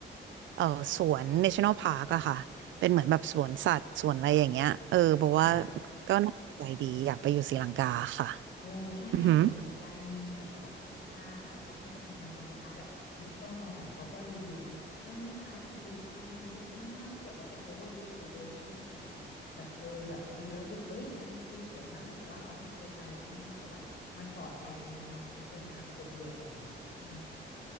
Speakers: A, on the right; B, on the left.
A: เอ่อสวน National Park อะค่ะเป็นเหมือนแบบสวนสัตว์สวนอะไรอย่างเงี้ยเออบอกว่า
B: ค่ะ
A: ก็น่าสนใจดีอยากไปอยู่ศรีลังกาค่ะ
B: โอ้ใช่เราเห็นอยู่เหมือนกันมีเหมือนแบบว่าชาวต่างชาติอะค่ะเขาที่เขาไปทำงานเป็นคล้ายๆแบบดิจิ
A: อือหือ
B: t a ล n o แม d เขาก็รีวิวเนาะมันมีคล้ายแบบบีชบาร์เยอะมากที่แบบว่าเป็นโอเวอร์ลุคเดอะโอเชียนอะไรอย่างเงี้ยแบบเออแบบดูแล้วเอ้ยมันดูสวยมากเลยแต่ว่าเราไม่เคยไปเราก็ไม่แน่ใจว่ามันปลอดภัยไหมสำหรับนักเดินทางคนเดียวอะไรอย่างเงี้ยอืม